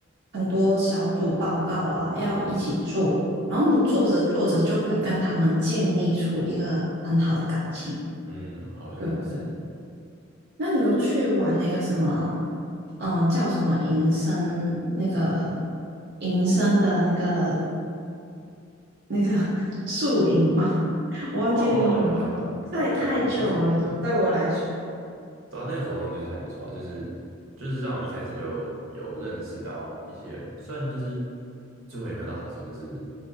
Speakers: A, on the right; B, on the right.
A: 很多小组报告啊，要一起做，然后你做着做着就会跟他们建立出一个很好的感情，
B: 嗯，好像也是。
A: 对不对？那你有去玩那个什么，嗯，叫什么营生那个营生的那个那个 <laughs> 宿营吗？<laughs> 我忘记那个名字，
B: 哦，有啊，有啊，
A: 太太久了，
B: 对啊，我就是嗯。
A: 对我来说。
B: 对啊，那个活动就是还不错啊就是就是让我一开始就有认识到一些人，虽然就是最后也没有到很熟，就是